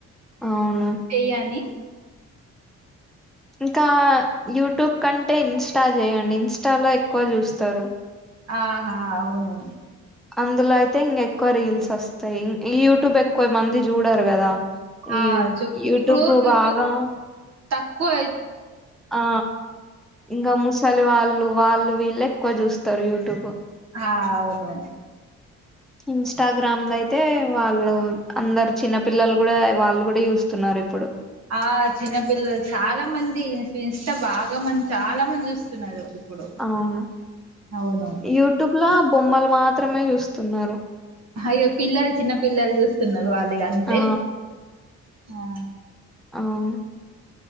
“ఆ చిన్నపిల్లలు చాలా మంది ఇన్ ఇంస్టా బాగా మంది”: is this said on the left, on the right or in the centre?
Right